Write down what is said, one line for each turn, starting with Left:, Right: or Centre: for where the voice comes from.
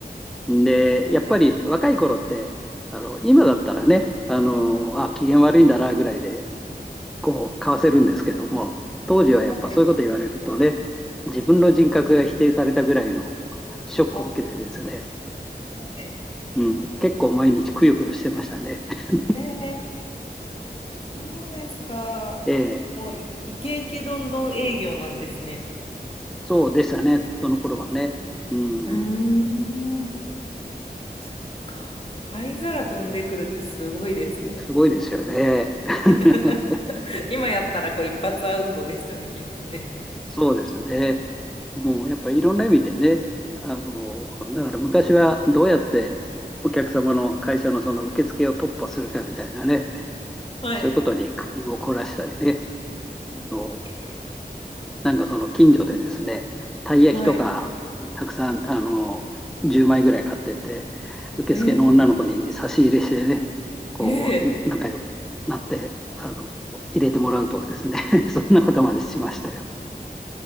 Centre: で、やっぱり若い頃って、あの、今だったらね、あの、あ、機嫌悪いんだなぐらいで、こう、かわせるんですけども、当時はやっぱそういうこと言われるとね、
Left: はい、
Centre: 自分の人格が否定されたぐらいのショックを受けてですね、
Left: あ、はい。
Centre: うん、結構毎日くよくよしてましたね。<laughs>
Left: えー、そうですか。
Centre: ええ、
Left: もうい、イケイケどんどん営業なんですね。
Centre: そうでしたね、その頃はね。
Left: うん。
Centre: うん、
Left: うーん。そっか。灰皿飛んでくるってすごいですね。
Centre: すごいですよね。<laughs>
Left: <laughs> 今やったらこう一発アウトですよね、きっとね。
Centre: そうですね。もうやっぱりいろんな意味でね、あの、だから昔はどうやってお客様の会社のその受付を突破するかみたいなね、
Left: はい。
Centre: そういうことに工夫を凝らしたりね、あの、
Left: え
Centre: なんかその近所でですね、たい焼きとかたくさん、
Left: ーはい。
Centre: あの、10枚ぐらい買ってって、受付の女の子に差し入れしてね、
Left: ええ
Centre: こう、
Left: ええ
Centre: 仲良くなって、あの、入れてもらうとかですね、<laughs> そんなことまでしましたよ。